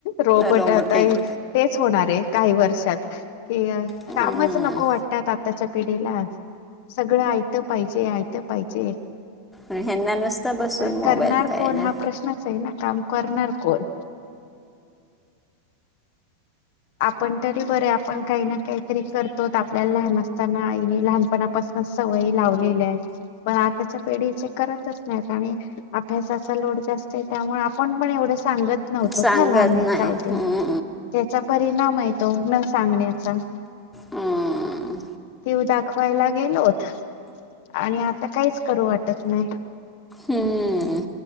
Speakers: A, on the left; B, in the centre.
A: रोबट
B: रोबोटिक
A: आता हे तेच होणार आहे, काही वर्षात कि अ
B: हम्म.
A: कामच नको वाटतात आत्ताच्या पिढीला. सगळं आयातं पाहिजे, आयतं पाहिजे.
B: ह्यांना नुसत बसून
A: तर
B: मोबाईल
A: करणार
B: पायला.
A: कोण हा प्रश्नच आहे ना काम करणार कोण? आपण तरी बरे आपण काही ना काहीतरी करतो त आपल्याल लहान असताना आईने लहानपणापासूनच सवयी लावलेल्या हेत पण आताच्या पिढीचे करतच नाहीत आणि अभ्यासाचा लोड जास्त हे त्यामुळे आपण पण एवढं सांगत नव्हतो
B: सांगत
A: त ना, लहान
B: नाही
A: हेत जाऊदे
B: हम्म
A: त्याचा नाम हे तो न सांगण्याचा.
B: हम्म
A: तू दाखवायला गेलोत आणि आता काहीच करू वाटत नाय.
B: हम्म.